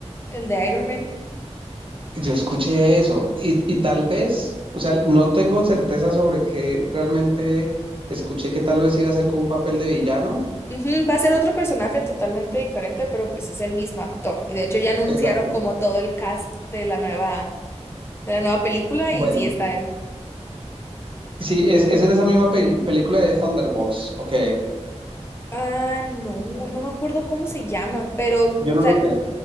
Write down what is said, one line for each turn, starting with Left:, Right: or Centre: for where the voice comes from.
Left: El de Iron Man.
Right: Yo escuché eso y, y tal vez, o sea, no tengo certeza sobre que realmente escuché que tal vez iba a ser como un papel de villano.
Left: Ujú, va a ser otro personaje totalmente diferente, pero pues es el mismo actor. Y de hecho ya anunciaron
Right: Exacto.
Left: como todo el cast de la nueva, de la nueva película
Right: Bueno,
Left: y sí está él.
Right: sí, es, es en esa misma pel- película de Thunderbolts, ok.
Left: Ah, no, no me acuerdo cómo se llama, pero
Right: Yo no
Left: sal-
Right: lo sé.